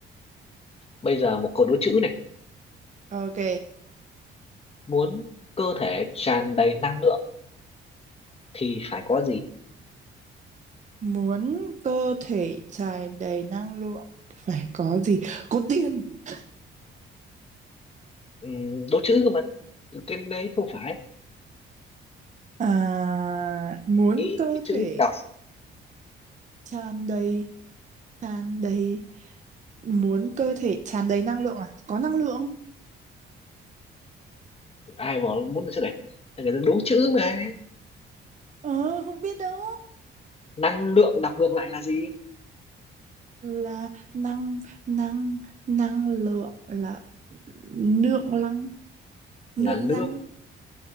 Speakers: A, on the left; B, on the right.
A: bây giờ một câu đố chữ này
B: ok
A: muốn cơ thể tràn đầy năng lượng thì phải có gì
B: muốn cơ thể tràn đầy năng lượng phải có gì có tiền
A: Ừm, đố chữ cơ mà cái đấy không phải
B: à, muốn
A: cái,
B: cơ
A: cái chữ
B: thể
A: tôi đọc
B: tràn đầy tràn đầy muốn cơ thể tràn đầy năng lượng à có năng lượng
A: ai mà muốn chữ này người ta đố chữ mà
B: ờ không biết đâu
A: năng lượng đọc ngược lại là gì
B: là năng năng năng lượng là lượng năng, lượng
A: là lương
B: năng